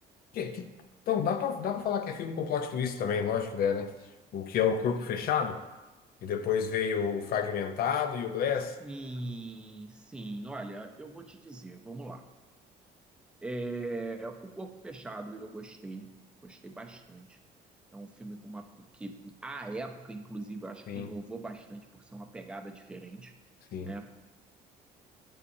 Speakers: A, on the left; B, in the centre.
A: Que, que... Então, dá pra, dá pra falar que é filme com plot twist também, lógico que é, né? O que é o Corpo Fechado, e depois veio o Fragmentado e o Glass.
B: Sim, sim. Olha, eu vou te dizer, vamos lá. É, o Corpo Fechado eu gostei, gostei bastante. É um filme com uma, que, à época, inclusive, eu acho
A: Sim,
B: que inovou bastante por ser uma pegada diferente,
A: sim.
B: né?